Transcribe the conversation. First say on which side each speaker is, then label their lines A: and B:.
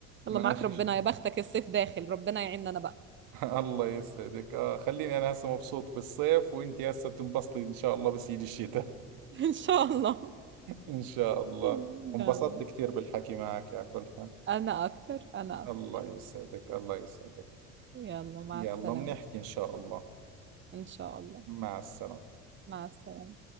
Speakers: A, on the right (about 60°); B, on the right (about 30°).
A: ماشي
B: يلا معاك ربنا
A: ش-
B: يا بختك الصيف داخل ربنا يعيننا انا بقى
A: <laughs> الله يسعدك اه خليني انا هسه مبسوط بالصيف وانت هسه بتنبسطي ان شاء الله بس يجي الشتاء
B: <laughs> ان شاء الله
A: إن شاء الله
B: يلا
A: انبسطت كثير بالحكي معك على كل حال
B: انا اكتر انا اكتر
A: الله يسعدك الله يسعدك
B: يلا مع
A: يلا
B: السلامة
A: بنحكي إن شاء الله
B: ان شاء الله
A: مع السلامة
B: مع السلامة